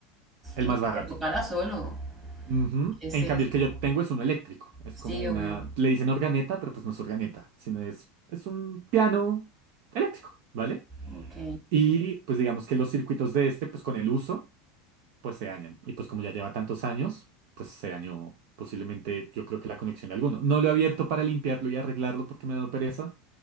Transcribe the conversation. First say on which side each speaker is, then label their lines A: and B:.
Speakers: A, on the right; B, on the right.
A: El
B: Ni
A: más
B: que
A: barato.
B: te tocara solo.
A: Ujú.
B: Es
A: En
B: eso,
A: cambio, el que yo tengo es uno eléctrico. Es
B: sí,
A: como una,
B: obvio.
A: le dicen organeta, pero pues no es organeta, sino es, es un piano eléctrico, ¿vale?
B: Ok,
A: Y pues digamos que los circuitos de este, pues con el uso. pues se dañan. Y pues como ya lleva tantos años, pues se dañó posiblemente, yo creo que la conexión de alguno. No lo he abierto para limpiarlo y arreglarlo porque me ha dado pereza.